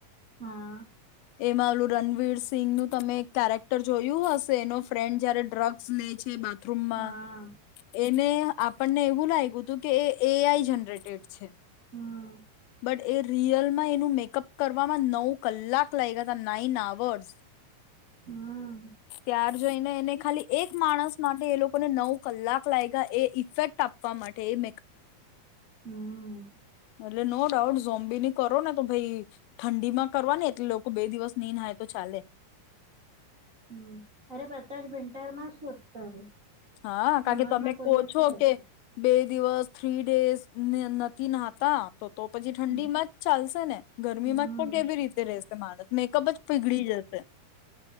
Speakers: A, on the right; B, on the left.
A: હા.
B: એમાં ઓલું રણવીર સિંંગ નું તમે એક કેરેક્ટર જોયું હશે એનો ફ્રેન્ડ જયારે ડ્રગ્સ લે છે બા થ્રુમ માં
A: હા
B: એને આપણને એવું લાગ્યું હતું કે એ એ આઈ જનરેટેડ છે.
A: હમ
B: બટ એ રિયલ માં એનું મેકઅપ કરવામાં નવ કલાક લાઈગા તા નાઈન આવર્સ.
A: હમ
B: ત્યાર જઈને એને ખાલી એક માણસ માટે એ લોક કો ના નવ કલાક લાગ્યા એ ઇફેક્ટ આપવા માટે એ મેક
A: હમ્મ.
B: એટલે નો ડાઉટસ ઝોમ્બીની કરો ને તો ભાઈ ઠંડી માં કરવા એટલે લોકો બે દિવસ નની નાય તો ચાલે.
A: હમ્મ અરે પતા જ વિન્ટર માં છૂટ કરે.
B: હા,
A: સમરમાં
B: કારણ કે તમે
A: કોઈ
B: કો
A: નથી
B: છો
A: કરતો
B: કે બે દિવસ થ્રી ડેઝને નથી નાહતા તો તો પછી ઠંડી
A: હમ
B: માં જ ચાલશે ને. ગરમીમાં
A: હમ
B: જ તો કેવી રીતે રશે માણસ મેકઅપ જ પીગળી જશે.